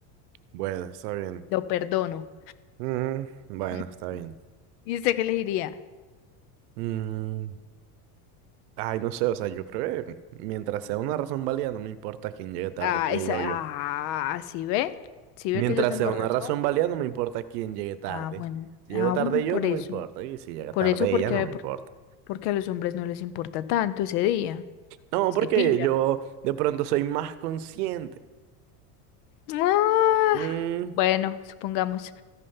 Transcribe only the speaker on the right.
bueno, está bien.
Mm, bueno,
está bien.
Mm, Ay, no sé, o sea, yo creo que mientras sea una razón válida, no me importa quién llegue tarde,
si
ella o
yo.
Mientras
sea una
razón válida, no me importa quién llegue tarde.
Si
llego tarde
yo,
no
me importa. Y si llega
tarde
ella, no me
importa.
No,
porque
yo de pronto soy más consciente.
Mm,